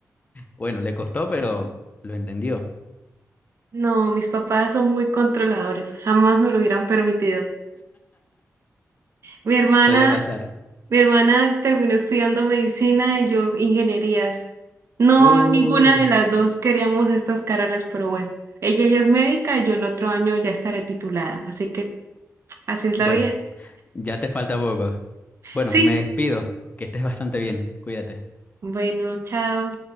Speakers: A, on the left; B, on the right.
A: Bueno, le costó, pero lo entendió.
B: No, mis papás son muy controladores, jamás me lo hubieran permitido. Mi hermana
A: Suele pasar.
B: Mi hermana terminó estudiando medicina y yo ingenierías. No,
A: Uh,
B: ninguna de las dos queríamos estas carreras, pero bueno, ella ya es médica y yo el otro año ya estaré titulada, así que así es
A: bueno,
B: la vida.
A: ya te falta poco. Bueno,
B: Sí,
A: me despido. Que estés bastante bien. Cuídate.
B: bueno, chao.